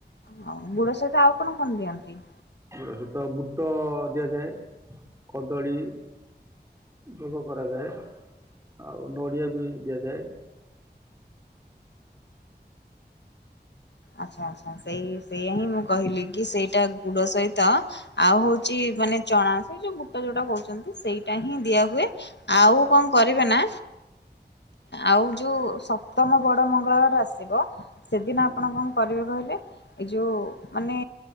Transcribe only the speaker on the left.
ହଉ ଗୁଡ ସହିତ ଆଉ କଣ କଣ ଦିଅନ୍ତି?
ଆଚ୍ଛା ଆଚ୍ଛା ସେଇ ସେଇୟା ହିଁ ମୁଁ କହିଲି କି ସେଇଟା ଗୁଡ ସହିତ ଆଉ ହଉଛି ମାନେ ଚଣା ସେଇ ଯୋଉ ବୁଟ ଯୋଉଟା କହୁଛନ୍ତି ସେଇଟା ହିଁ ଦିଆ ହୁଏ ଆଉ କଣ କରିବେ ନା ଆଉ ଯୋଉ ସପ୍ତମ ବଡ ମଙ୍ଗଳବାର ଆସିବ ସେଦିନ
ଆପଣ କଣ କରିବେ କହିଲେ ଏଇ ଯୋଉ ମାନେ